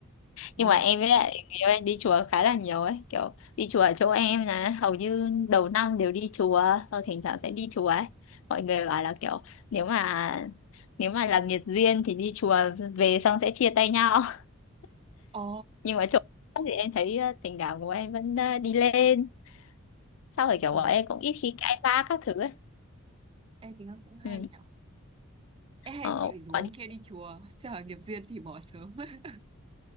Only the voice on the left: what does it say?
nhưng mà em với lại người yêu em đi chùa khá là nhiều ấy kiểu đi chùa ở chỗ em là hầu như đầu năm đều đi chùa rồi thỉnh thoảng sẽ đi chùa ấy mọi người bảo là kiểu nếu mà nếu mà là nghiệt duyên thì đi chùa về xong sẽ chia tay nhau <laughs>
nhưng mà chỗ thì em thấy ờ, tình cảm của em vẫn ờ, đi lên sau rồi kiểu
bọn em cũng ít khi cãi vã các thứ ấy
ừ.
Ờ,
ờ,
đi-